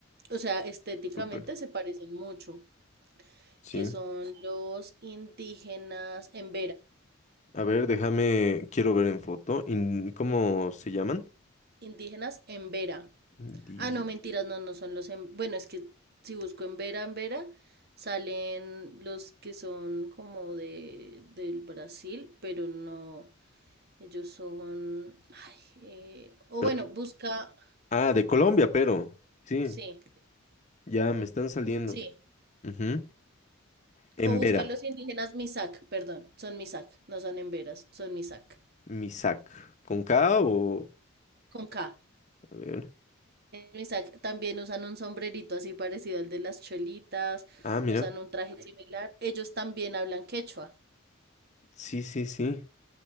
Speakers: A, on the right (about 50°); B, on the left (about 35°).
A: O sea, estéticamente
B: Súper.
A: se parecen mucho,
B: Sí.
A: que son los indígenas en
B: A ver, déjame, quiero ver en foto, in- ¿cómo se llaman?
A: Indígenas en Vera.
B: Indi-
A: Ah, no, mentiras, no, no son los en... Bueno, es que si busco en Vera, en Vera, salen los que son como de, del Brasil, pero no, ellos son... ay, eh, o
B: pero
A: bueno,
B: de-
A: busca...
B: ah, de Colombia, pero, sí,
A: Sí,
B: ya me están saliendo.
A: sí.
B: Ujú. En
A: O busca
B: Vera
A: los indígenas Misak, perdón, son Misak, no son en Veras, son Misak,
B: Misak, ¿con K o...?
A: con K.
B: A ver.
A: Misak también usan un sombrerito así parecido al de las cholitas,
B: Ah, mira.
A: usan un traje similar. Ellos también hablan quechua.
B: Sí, sí, sí.